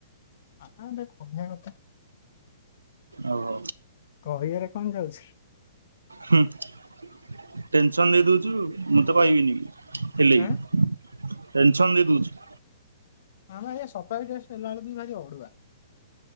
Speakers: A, on the left; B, on the right.
A: ଆ ଏଟା କହିବା କଥା।
B: ଓହୋ।
A: କହିବାରେ କଣ ଯାଉଛି
B: ହୁଁ ଟେନସନ ଦେଇ ଦଉଚୁ। ମୁଁ ତ କଇବିନି ହେଲେବି
A: ଆଁ
B: ଟେନସନ୍ ଦେଇ ଦୋଉଚୁ।
A: ଆମେ ଏ <unintelligible> ଭାରି ଅଡୁଆ।